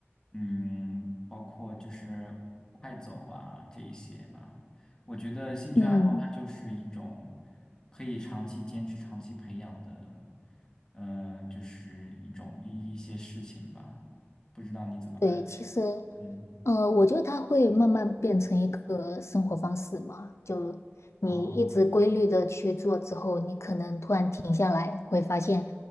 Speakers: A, on the left (about 15°); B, on the left (about 80°).
A: 嗯，包括就是快走啊这一些吧。我觉得兴趣爱好它就是一种
B: 嗯。
A: 可以长期坚持、长期培养的，嗯、就是一种一一些事情吧。不知道你怎么看？
B: 对，其实，
A: 嗯，
B: 呃，我觉得它会慢慢变成一个生活方式嘛。就你一直规律的去做之后，
A: 哦。
B: 你可能突然停下来，会发现，